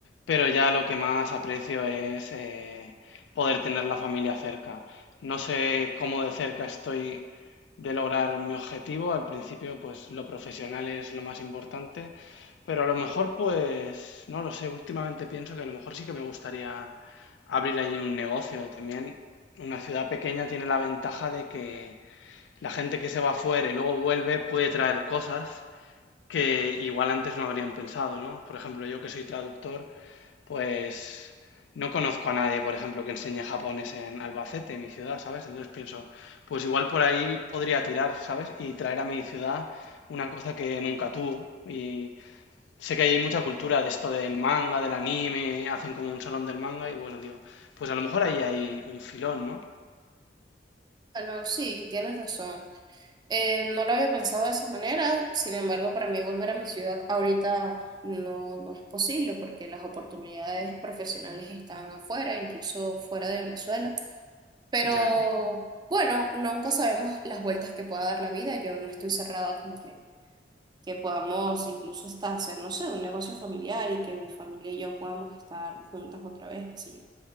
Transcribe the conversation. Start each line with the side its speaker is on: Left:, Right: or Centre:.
Left: pero ya lo que más aprecio es eh, poder tener la familia cerca. No sé cómo de cerca estoy de lograr mi objetivo. Al principio, pues lo profesional es lo más importante, pero a lo mejor, pues, no lo sé, últimamente pienso que a lo mejor sí que me gustaría abrir allí un negocio también. Una ciudad pequeña tiene la ventaja de que la gente que se va fuera y luego vuelve puede traer cosas que igual antes no habrían pensado, ¿no? Por ejemplo, yo que soy traductor, pues no conozco a nadie, por ejemplo, que enseñe japonés en Albacete, en mi ciudad, ¿sabes? Entonces pienso, pues igual por ahí podría tirar, ¿sabes? Y traer a mi ciudad una cosa que nunca tuvo. Y sé que hay mucha cultura de esto del manga, del anime, hacen como un salón del manga y bueno, digo, pues a lo mejor ahí hay un filón, ¿no?
Right: Bueno, sí, tienes razón. Eh, no lo había pensado de esa manera, sin embargo, para mí volver a mi ciudad ahorita no, no es posible porque las oportunidades profesionales están afuera, incluso fuera de Venezuela. Pero
Left: Ya, ya.
Right: bueno, nunca sabemos las vueltas que pueda dar la vida. Yo no estoy cerrada como que, que podamos incluso hasta hacer, no sé, un negocio familiar y que mi familia y yo podamos estar juntas otra vez, qué sé yo.